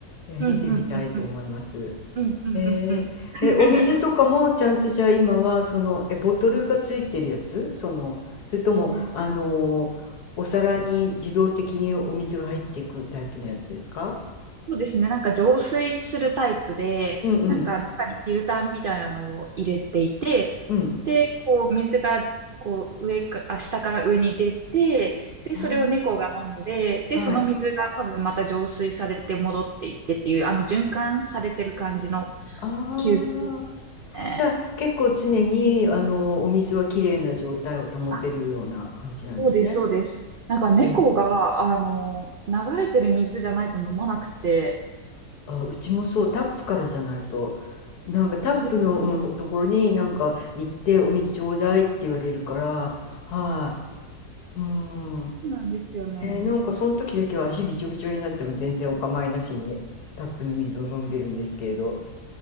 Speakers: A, on the left (about 80°); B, on the right (about 80°).
A: え、
B: うんうんうん
A: 見てみたいと思います。
B: うんうんうんうんうん。
A: えーえ、
B: <laughs>
A: お水とかもちゃんとじゃあ今はその、え、ボトルがついてるやつその、それとも、
B: ね
A: あのーお皿に自動的にお水が入っていくタイプのやつですか
B: そうですね。なんか浄水するタイプで、
A: うんうん。
B: なんか中にフィルターみたいなのを入れていて、
A: うん。
B: で、こう水がこう上か、あ、下から上に出て、で、
A: あ
B: それを猫が飲んで、で、
A: あ、はい。
B: その水が多分また浄水されて戻っていってっていう、あの循環されてる感じの
A: ああ、
B: 球ね。
A: じゃあ、結構常に、あの、お水は綺麗な状態を保てるような感じなんですね。
B: あ、そうです、そうです。なんか猫が、
A: へえ。
B: あの、流れてる水じゃないと飲まなくて、
A: あ、うちもそう、タップからじゃないと、なんかタップの、
B: そうですね。
A: うん、ところになんか行ってお水ちょうだいって言われるから、はい、うん。
B: そうなんですよね。
A: えーなんかその時だけは足びちょびちょになっても全然お構いなしにタップの水を飲んでるんですけれど。